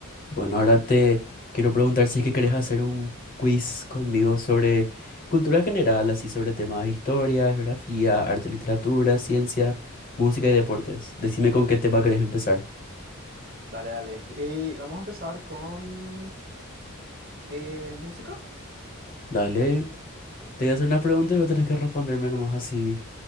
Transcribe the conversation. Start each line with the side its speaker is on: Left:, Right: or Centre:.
Left: Bueno, ahora te quiero preguntar si es que querés hacer un quiz conmigo sobre cultura general, así sobre temas de historia, geografía, arte, literatura, ciencia, música y deportes. Decime con qué tema querés empezar.
Right: Dale, dale. Y vamos a empezar con eh, música.
Left: Dale, te voy a hacer unas preguntas y vos tenés que responderme nomás así